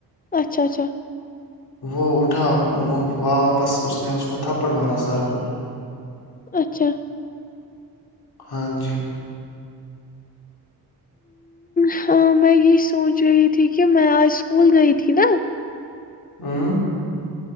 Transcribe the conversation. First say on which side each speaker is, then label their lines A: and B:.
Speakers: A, on the left (about 20°); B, on the left (about 65°).
A: اچھا اچھا
B: وہ اٹھا واپس اس نے اس کو تھپڑ مارا سر کو
A: اچھا
B: ہاں جی
A: ہاں میں یہ سوچ رہی تھی کہ میں آج اسکول گئی تھی نا
B: ہ <unintelligible>